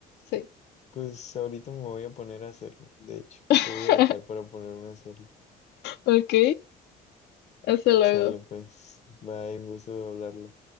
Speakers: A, on the left; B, on the left.
A: Sí.
B: pues ahorita me voy a poner a hacerlo. De hecho,
A: <laughs>
B: te voy a dejar para ponerme a hacerlo.
A: Ok. Hasta luego.
B: Sale pues, bye, un gusto hablarlo.